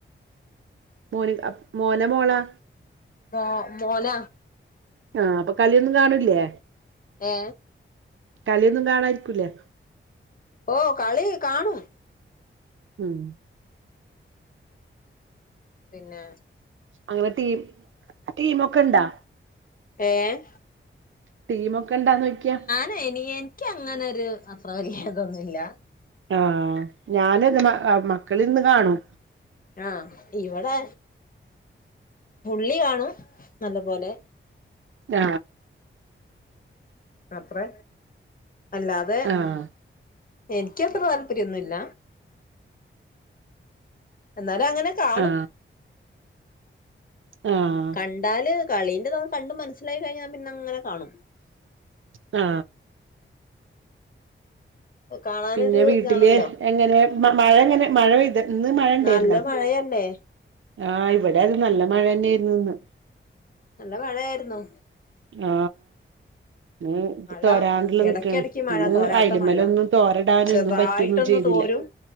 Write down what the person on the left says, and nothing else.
ആ തോന.
ഏ
ഓ, കളി കാണും.
പിന്നെ.
ഏഹ്.
തെനിയെൻ ക്ക്യങ്ങനര് അത്ര വല്ല്യ തൊന്നുല്ല.
ആഹ് ഇവടെ പുള്ളി കാണും നല്ല പോലെ.
ആത്രെ. അല്ലാതെ
എനിക്ക് അത്ര താല്പര്യൊന്നുല്ല. എന്നാലു അങ്ങനെ. കാണും
കണ്ടാല് കളീന്റെതോ കണ്ട് മനസ്സിലായി കഴിഞ്ഞാ പിന്നങ്ങനെ കാണും.
കാണാനൊരു
ഇതാണല്ലോ
നല്ല മഴയല്ലേ
നല്ല മഴയായിരുന്നു.
മഴ
എടക്കെടക്ക്
മഴ
തോരാത്ത
മഴ
ചെറുതായിട്ടൊന്ന്
തോരും